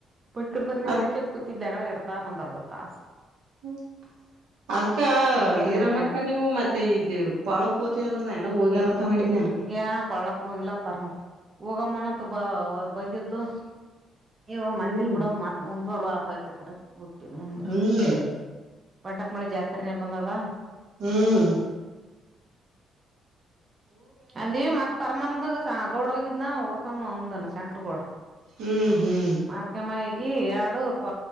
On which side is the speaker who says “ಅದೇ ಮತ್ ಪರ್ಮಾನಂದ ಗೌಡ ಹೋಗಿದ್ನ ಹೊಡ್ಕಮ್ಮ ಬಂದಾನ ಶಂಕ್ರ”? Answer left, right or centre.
Right